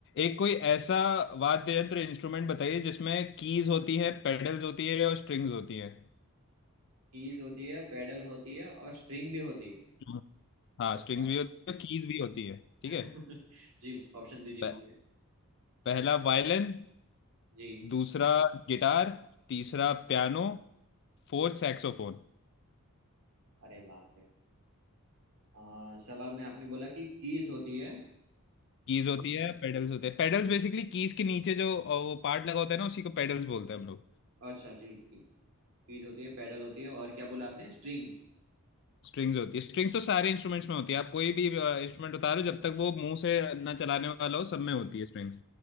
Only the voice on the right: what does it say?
कीज होती है पेडल होती है और स्ट्रिंग भी होती है
अरे
बाप
रे <laughs>
जी ऑप्शन दीजिए
मुझे
जी
अरे बाप रे आ, सवाल में आपने बोला कि कीज होती है आ,
अच्छा जी जी कीज होती है पेडल होती है और क्या बोला आपने स्ट्रिंग